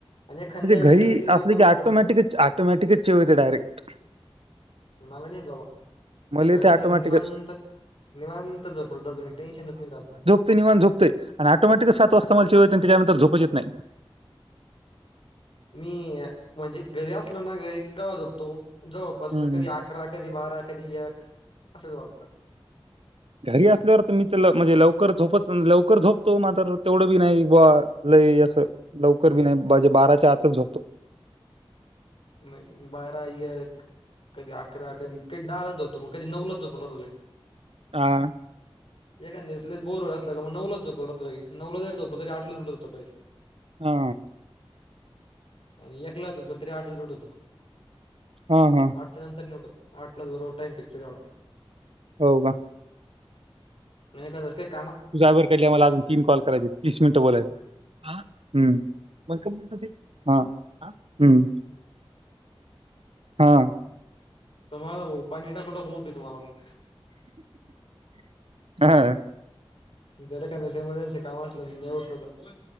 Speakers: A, on the left; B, on the right.
A: आणि एखाद्या
B: म्हणजे
A: वेळेस
B: घरी
A: लगी लवकर
B: असले की
A: उठलं
B: ऑटोमॅटिकच
A: तुटलं
B: ऑटोमॅटिकचचेव होते डायरेक्ट.
A: मला नाही येत बाबा.
B: मला
A: घरात
B: ते
A: असला
B: ऑटोमॅटिकच
A: की निवांत निवांत <unintelligible> तुम्ही टेन्शनच नाही राहात.
B: ते निवांत झोपते आणि ऑटोमॅटिक सात वाजता मला <unintelligible> आणि त्यानंतर झोपच येत नाही.
A: मी म्हणजे घरी असलो ना घरी का झोपतो जवळपास
B: नाही
A: सकाळी अकरा कधी बारा कधी एक असंच वाजतं.
B: घरी असल्यावर तर मी तर ल म्हणजे लवकर झोपत लवकर झोपतो मात्र तेवढं बी नाही बा लई असं लवकर बी नाही म्हजे बाराच्या आतच झोपतो.
A: नाही बारा एक. कधी अकरा कधी कध दहा लाच जाततो मग कधी नऊलाच जातोला तुला
B: हा.
A: एकाद दिवस लयच बोरवर असला मग नऊलाच झोपतो नऊलाच झोपलं तरी आठला उठतो सकाळी
B: हा
A: आणि एकलाचो तरी आठला चोट होतो
B: ह हा
A: आठ त्या नंतर नि उठत आटल्याच बरोबर टाइम पिक्चड
B: हो का
A: नाही <inaudible>
B: तुझ आवर कैल्या मला अजून तीन कॉल करायचं तीस मिनटं बोलायच हम् मग हा हम्म. हा
A: तर मला भाऊ पाणी टाकू टाकून उठवतो मला मगं.
B: हा.
A: जरा काही एमर्जन्सी काम असलं नाही उठलं.